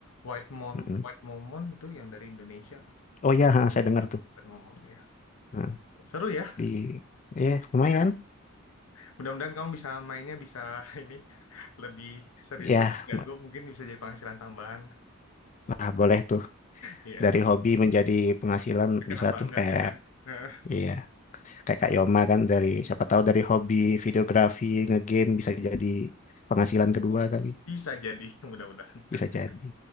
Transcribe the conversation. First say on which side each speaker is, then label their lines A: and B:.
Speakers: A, on the left; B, on the left.
A: White Mon,
B: Mm-mm.
A: White Momon itu yang dari Indonesia.
B: Oh ya, ha, saya dengar tuh.
A: White Momon iya.
B: Nah,
A: Seru ya.
B: di ya lumayan.
A: Ya. Mudah-mudahan kamu bisa mainnya bisa <laughs> ini lebih serius,
B: Ya,
A: lebih jago,
B: ma-
A: mungkin bisa jadi penghasilan tambahan.
B: nah boleh tuh
A: Iya.
B: dari hobi menjadi penghasilan
A: Kenapa
B: bisa tuh
A: enggak
B: kayak
A: ya kan? Nah,
B: Iya, kayak Kak Yoma kan dari siapa tahu dari hobi videografi ngegame bisa jadi penghasilan kedua kali
A: Bisa jadi, mudah-mudahan. <laughs>
B: bisa jadi